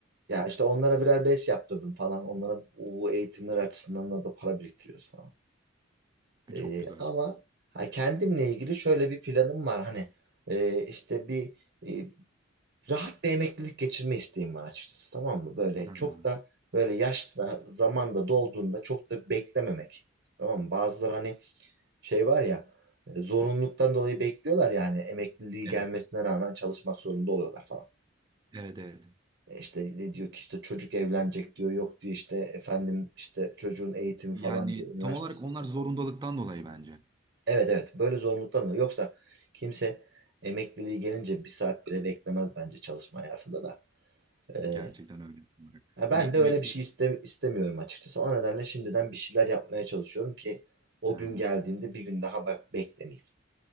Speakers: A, on the right; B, on the right.
A: Ya işte onlara birer BES yaptırdım falan. Onlara bu eğitimler açısından da da para biriktiriyoruz falan. Ee,
B: Çok güzel.
A: ama ha, kendimle ilgili şöyle bir planım var. Hani ee, işte bir e, rahat bir emeklilik geçirme isteğim var açıkçası tamam mı? Böyle
B: Hı
A: çok
B: hı.
A: da böyle yaşta zamanda dolduğunda çok da beklememek. Tamam mı? Bazıları hani şey var ya e, zorunluluktan dolayı bekliyorlar yani emekliliği
B: Evet.
A: gelmesine rağmen çalışmak zorunda oluyorlar falan.
B: Evet evet.
A: E İşte ne diyor ki işte çocuk evlenecek diyor yok diyor işte efendim işte çocuğun eğitimi
B: Yani
A: falan diyor üniversitesi
B: tam olarak onlar
A: diyor.
B: zorundalıktan dolayı bence.
A: Evet evet böyle zorunluluktan dolayı yoksa kimse emekliliği gelince bir saat bile beklemez bence çalışma hayatında da. Ee,
B: Gerçekten öyle. Tam olarak.
A: Ya ben
B: Hani emeklilik.
A: de öyle bir şey iste- istemiyorum açıkçası. O nedenle şimdiden bir şeyler yapmaya çalışıyorum ki o
B: Ha.
A: gün geldiğinde bir gün daha bak beklemeyeyim.